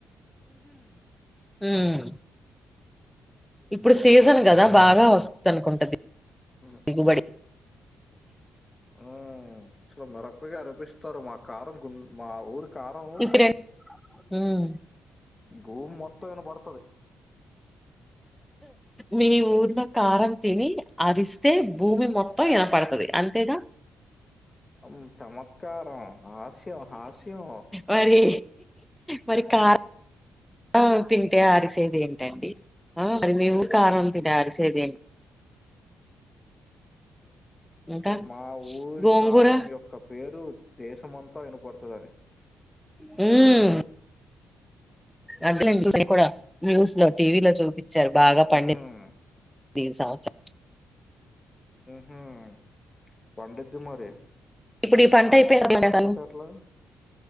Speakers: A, in the centre; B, on the left (about 25°).
A: హుమ్ ఇప్పుడు సీజన్ కదా బాగా వస్తుంది అనుకుంటది
B: హ్మ్మ్
A: దిగుబడి
B: ఆ అసలు మెరపగాయి అరిపిస్తారు మా కారం గుం మా ఊరు కారం
A: ఇప్పుడు ఉమ్
B: భూమ్ మొత్తం తం వినపడతది
A: మీ ఊరిలో కారం తిని అరిస్తే భూమి మొత్తం విన పడుతది అంతేగా
B: అ చమత్కారం హాస్యం హాస్యం
A: మరి మరి కారం తింటే అరిసేది ఏంటండి ఆ మరి మీ ఊరి కారం తిని అరిసేది ఇంకా
B: మా ఊరి
A: గోంగూర
B: కారం యొక్క పేరు దేశమంతా వినపడుతదని
A: హ్మ్మ్ అట్లే ఉంటది కూడా న్యూస్ లో టీవీ లో చూపించారు బాగా
B: మ్మ్
A: పండి ఈ సంవత్సరం
B: హ్మ్మ్ పండిద్ది మరి
A: ఇప్పుడు ఈ పంట
B: ఆ
A: అయిపోయింది
B: మాత్రం లేకపోతే ఎట్లా